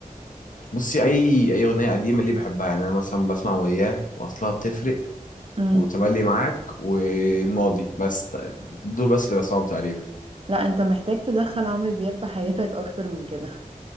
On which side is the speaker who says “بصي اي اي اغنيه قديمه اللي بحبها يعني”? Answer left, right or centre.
Left